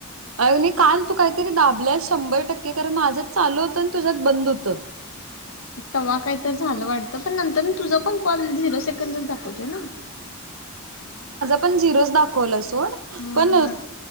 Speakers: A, on the right; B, on the left.
A: अर नाही काल तू काय- दाबल्या शंबर टक्के कारण माझ चालू होत आणि तुझ्यात बंद होत <inaudible>
B: त काही तर झालं वाटत पण नंतर तुझ पण कॉल झिरो सेकंडा <inaudible> होत ना-
A: आपण झिरो दाखवला सोड
B: हा
A: पण
B: मग